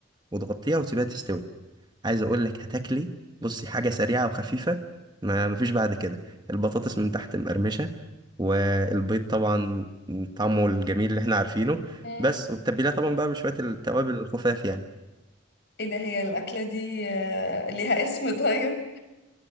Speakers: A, on the right; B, on the left.
A: وتغطيها وتسيبها تستوي عايز اقول لك هتاكلي بصي حاجه سريعه وخفيفه ما مفيش بعد كده البطاطس من تحت مقرمشه والبيض طبعا طعمه الجميل اللي احنا عارفينه
B: مم.
A: بس والتتبيله طبعا بقى بشويه التوابل الخفاف يعني
B: ايه ده هي الأكلة دي آه، ليها اسم طيب